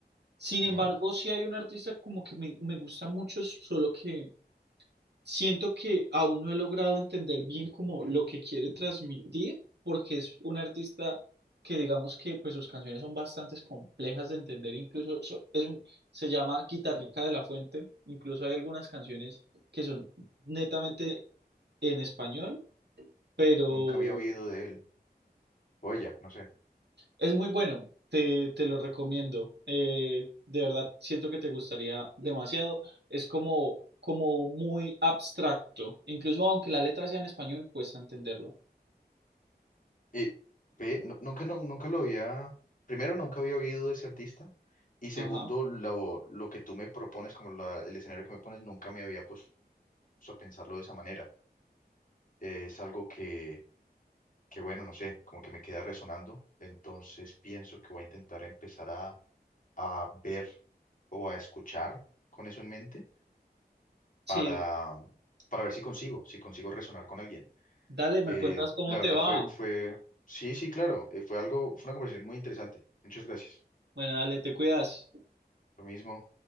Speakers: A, on the right (about 85°); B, on the left (about 55°).
A: Sin
B: Ujú,
A: embargo,
B: ujú.
A: sí hay un artista como que me, me gusta mucho, solo que Siento que aún no he logrado entender bien como lo que quiere transmitir, porque es un artista que digamos que pues sus canciones son bastante complejas de entender, incluso so- es un- se llama Guitarrica de la Fuente, incluso hay algunas canciones que son netamente en español, pero
B: Nunca había oído de él. O ella, no sé.
A: Es muy bueno, te, te lo recomiendo. Eh, de verdad, siento que te gustaría demasiado. Es como, como muy abstracto. Incluso aunque la letra sea en español, cuesta entenderla.
B: Y ve, nu- nunca, no- nunca lo había, primero nunca había oído de ese artista y segundo
A: Ajá.
B: lo, lo que tú me propones, como la- el escenario que me pones, nunca me había puesto a pensarlo de esa manera. Eh, es algo que, que, bueno, no sé, como que me queda resonando, entonces pienso que voy a intentar empezar a, a ver o a escuchar con eso en mente
A: Sí,
B: para para ver si consigo, si consigo resonar con alguien.
A: dale, me
B: Eh,
A: cuentas cómo
B: la verdad
A: te va.
B: fue, fue, sí, sí, claro, eh, fue algo, fue una conversación muy interesante. Muchas gracias.
A: Bueno, dale, te cuidas.
B: lo mismo